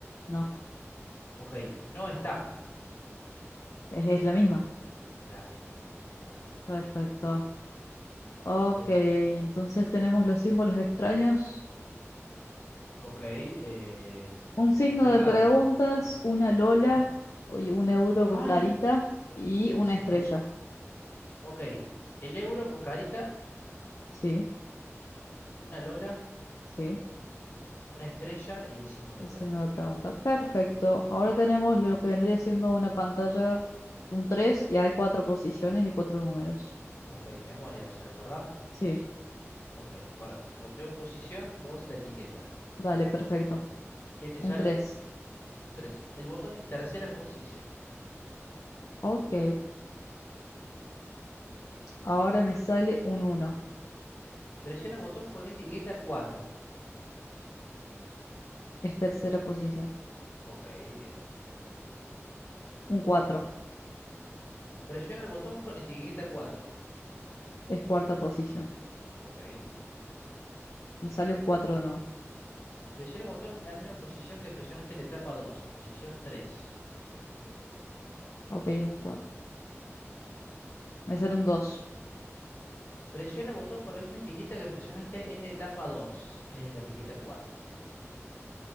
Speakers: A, on the left; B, on the left.
A: No,
B: Ok. No está.
A: es, es la misma.
B: La misma. Claro.
A: Perfecto.
B: Excelente.
A: Ok, entonces tenemos los símbolos extraños.
B: Ok. eh,
A: Un signo
B: los teclados
A: de preguntas,
B: nomás.
A: una lola,
B: Bien.
A: oye, un euro
B: Ay.
A: con carita y una
B: Sí.
A: estrella.
B: Ok. El euro con carita,
A: Sí,
B: una lola,
A: sí,
B: una estrella y el símbolo
A: el
B: de
A: signo
B: pregunta.
A: de pregunta. Perfecto. Ahora tenemos lo que vendría siendo una pantalla, un 3 y hay cuatro posiciones y cuatro números.
B: Ok. Memoria, o sea, ¿verdad?
A: Sí,
B: Ok. Acordate. po- Yo posición, vos la etiqueta.
A: dale, perfecto.
B: ¿Qué te
A: Un
B: sale?
A: 3.
B: Un tres El botón en tercera posición.
A: Ok, ahora me sale un uno.
B: Presiona botón con etiqueta cuatro
A: es tercera posición.
B: Ok. Bien.
A: Un cuatro.
B: Presiona el botón con etiqueta cuatro
A: es cuarta posición.
B: Ok.
A: Me sale un 4 de nuevo.
B: Presiona el botón en la misma posición que presionaste en la etapa 2, posición tres.
A: Ok, es un 4. Me sale un dos
B: Presiona el botón con la misma etiqueta que presionaste en la etapa dos, Es la etiqueta cuatro debería ser.